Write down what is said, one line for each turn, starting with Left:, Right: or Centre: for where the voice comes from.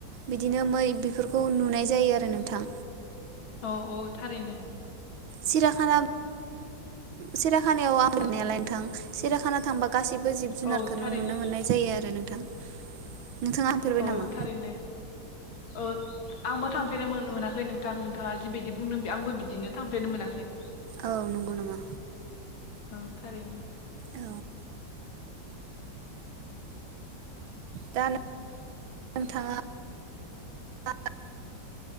Right: बिदिनो मै बेफोरखौ नुनाय जायो आरो नोंथां
Left: औ औ थारैनो
Right: सिराखाना सिराखानायाव आं नायालायनो थां सिरियाखाना थांबा गासैबो जिब जुनारखौनो
Left: औ थारैनो
Right: नुनो मोननाय जायो आरो नोंथां नोंथाङा थांफेरबाय
Left: औ
Right: नामा
Left: थारैनो औ आंबो थांफेरनो मोनाखै नोंथां नोंथाङा जिबायदि बुंदों आंबो बिदिनो थांफेरनो मोनाखै।
Right: औ नंगौ नामा?
Left: औ थारैनो
Right: औ दा नोंथाङा <unintelligible>